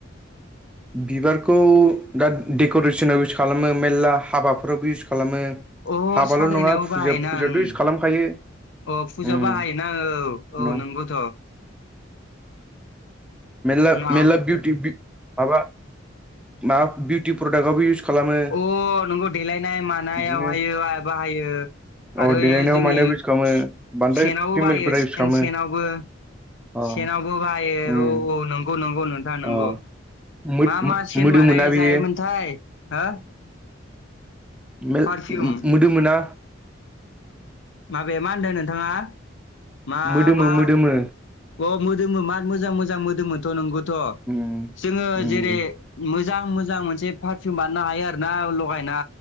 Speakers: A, in the centre; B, on the left.
A: बिबारखौ। दा डेकरेसनाव इउस खालामो मेलला हाबाफोरावबो इउस खालामो।
B: अ
A: हाबाल'
B: साजायनायावबो
A: नङा फुजा-फुजायाथ
B: बाहायोना ओं
A: इउस खालामखायो।
B: अ फुजायाव
A: उम
B: बाहायोना औ-औ
A: न'
B: नंगौथ।
A: मेल्ला-मेल्ला
B: उनाव
A: बिउटि बि माबा मा बिउटि प्रदाक्ट आवबो इउस खालामो
B: अ नंगौ देलायनाय मानायावहाययो
A: बिदिनो
B: आ बाहायो।
A: अ
B: आरो
A: देलायनायाव
B: ए जोंनि
A: मानायाव इउस खालामो
B: से-सेनावबो
A: बांद्राय फिमेलफोरा
B: बायो सेन
A: इउस खालामो
B: सेनावबो।
A: अ
B: सेनावबो बाहायो
A: उम
B: औ। औ नंगौ नंगौ नोंथां नंगौ
A: अ मोद
B: मा
A: मो-
B: मा सेन
A: मोदोमोना
B: बानाय
A: बेयो
B: जायोमोनथाय। हो?
A: मेल
B: पारफिउम
A: मो-मोदोमोना।
B: माबे मा होनदों नोंथाङा माबा।
A: मोदोमो मोदोमो
B: अ मोदोमो मार मोजां मोजां मोदोमोनथ नंगौथ
A: उम
B: जोंङो
A: उम
B: जेरै- मोजां मोजां मोनसे पारफिउ बानायनो हायो आरोना लगायना